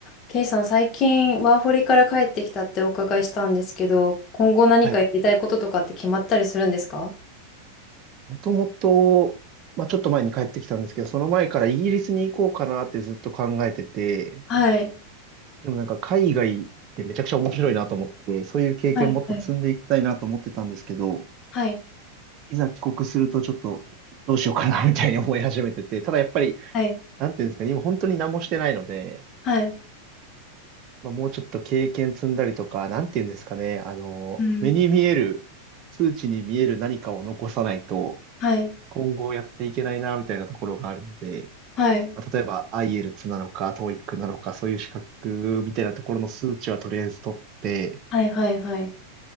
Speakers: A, on the left; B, on the right.
A: ケイさん、最近ワーホリから帰ってきたってお伺いしたんですけど、今後何かやりたいこととかって決まったりするんですか
B: はい。もともと、まあ、ちょっと前に帰ってきたんですけど、その前からイギリスに行こうかなってずっと考えてて、
A: はい。
B: でもなんか海外ってめちゃくちゃ面白いなと思って、そういう経験もっと積んでいきたいなと思ってたんですけど、
A: はい。はい。はい。
B: いざ帰国するとちょっとどうしようかなみたいに思い始めてて、ただやっぱり、
A: はい。
B: なんていうんですかね、今本当に何もしてないので、
A: はい。
B: まあ、もうちょっと経験積んだりとか、なんていうんですかね、あの、
A: うん。
B: 目に見える、数値に見える何かを残さないと、
A: はい。
B: 今後やっていけないなみたいなところがあるので、
A: はい。
B: まあ例えば i e l t なのか TOEIC なのか、そういう資格みたいなところの数値はとりあえず取って、
A: はい。はい。はい。